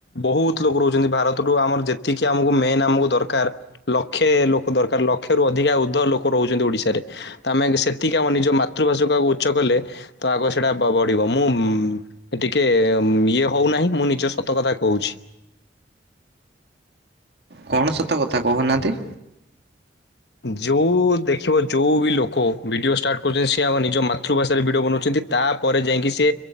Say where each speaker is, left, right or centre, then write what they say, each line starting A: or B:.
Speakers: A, on the left (about 65°); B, on the right (about 65°).
A: ବହୁତ ଲୋକ ରହୁଛନ୍ତି ଭାରତରୁୁ ଆମର ଯେତିକି ଆମକୁ ମେନ୍ ଆମକୁ ଦରକାର ଲକ୍ଷେ ଲୋକ ଦରକାର ଲକ୍ଷେ ରୁ ଅଧିକା ଉର୍ଦ୍ଧ ଲୋକ ରହୁଛନ୍ତି ଓଡିଶାରେ। ତ ଆମେ ସେତିକି କ ନିଜ ମାତୃଭାଷାକୁ ଆଗକୁ ଉଚ୍ଚ କଲେ ତ ଆଗ ସେଇଟା ବଢିବ ମୁଁ ଟିକେ ଇଏ ହଉନାହିଁ ମୁଁ ନିଜ ସତ କଥା କହୁଛି।
B: କଣ ସତ କଥା କହୁନାହାନ୍ତି।
A: ଯେଉଁ ଦେଖିବ ଯେଉଁ ବି ଲୋକ ଭିଡ଼ିଓ ଷ୍ଟାର୍ଟ କରୁଛନ୍ତି ସ ଆମ ନିଜ ମାତୃଭାଷାରେ ଭିଡ଼ିଓ ବନାଉଛନ୍ତି। ତାପରେ ଯାଇକି ସେ